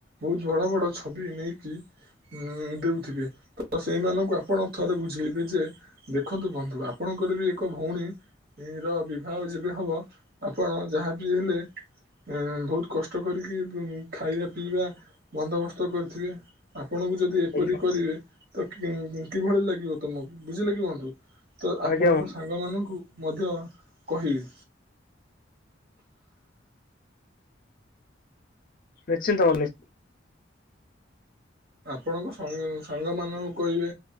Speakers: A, on the right; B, on the left.
A: ବହୁତ ବଡ ବଡ ଛବି ନେଇକି ଉଁ ଦଉଥିବେ। ତ ସେଇମାନଙ୍କୁ ଆପଣ ଥରେ ବୁଝେଇବେ ଯେ ଦେଖନ୍ତୁ ବନ୍ଧୁ ଆପଣଙ୍କର ବି ଏକ ଭଉଣୀ। ର ବିବାହ ଯେବେ ହବ ଆପଣ ଯାହାବି ହେଲେ। ଉଁ ବହୁତ କଷ୍ଟ କରିକି ଖାଇବା ପିଇବା ବନ୍ଦୋବସ୍ତ କରିଥିବେ। ଆପଣଙ୍କୁ ଯଦି ଏପରି
B: ଆଜ୍ଞା
A: କରିବେ ତ କି କିଭଳି ଲାଗିବ ତମକୁ ବୁଝିଲେ କି ବନ୍ଧୁ। ତ ଆପଣଙ୍କ
B: ଆଜ୍ଞା ବନ୍ଧୁ
A: ସାଙ୍ଗ ମାନଙ୍କୁ ମଧ୍ୟ କହିବେ।
B: ନିଶ୍ଚିନ୍ତ ବନ୍ଧୁ।
A: ଆପଣଙ୍କ ସଙ୍ଗ ସାଙ୍ଗ ମାନଙ୍କୁ କହିବେ।